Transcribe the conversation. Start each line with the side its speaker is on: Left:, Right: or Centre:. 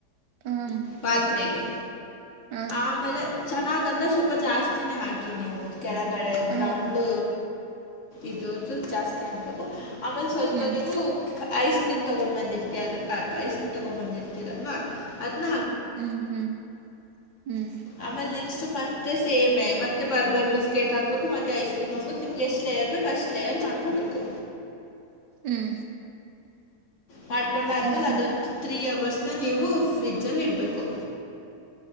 Right: ಹ್ಮ್
Left: ಪಾತ್ರೆಗೆ
Right: ಹ
Left: ಆಮೇಲೆ ಚೆನ್ನಾಗ ಅಂದ್ರೆ ಸ್ವಲ್ಪ ಜಾಸ್ತಿನೇ ಹಾಕ ನೀವು ಕೆಳಗಡೆ
Right: ಹ
Left: ಗ್ರೌಂಡ್ ಇದು ಜಾಸ್ತಿ ಆಗುತ್ತೆ ಆಮೇಲೆ ಸ್ವಲ್ಪ
Right: ಹ್ಮ್
Left: ನೀವು ಐಸ್ ಕ್ರೀಮ್ ತಗೊಂಡ್ ಬಂದಿರ್ತಿಾರ ಐಸ್ ಕ್ರೀ್ ತಗೊಂಡ ಬಂದಿರ್ತಿ ಲ್ವಾ ಅದ್ನ್ನ
Right: ಹ್ಮ್ ಹ್ಮ್ ಹ್ಮ್
Left: ಆಮೇಲೆ ನೆಕ್ಸ್ಟ್ ಮತ್ತೆ ಸೇಮ್ ಮತ್ತೆ ಬರ್ಬನ್ ಬಿಸ್ೆಟ್ ಹಾಕ್ಬೇಕು ಮತ್ತೆ ಐಸ್ ಕ್ರೀಮ್ ಹಾಕ್ಬೇಕು ನಿಮ್ಗೆ ಎಷ್ಟ ಲೇಯರ್ ಬಿಟ್ ಫಸ್ಟ್ ಲೇಯರ್ ಮಾಡ್ಕೋಬೇಕು
Right: ಹ್ಮ್
Left: ಮಾಡಕೊಂಡ ಆದ್ಮೇಲೆ
Right: ಅದಾದ್
Left: ಅದೊಂದ್ ತ್ರೀ ಅವರ್ಸ್ ನ ನೀವು ಫ್ರಿಜ ಅಲ್ಲಿ ಇಡ್ಬ ಬೇಕು